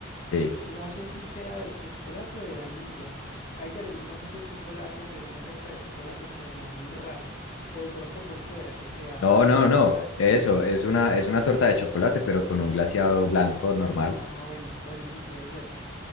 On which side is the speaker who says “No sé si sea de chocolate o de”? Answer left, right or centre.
Left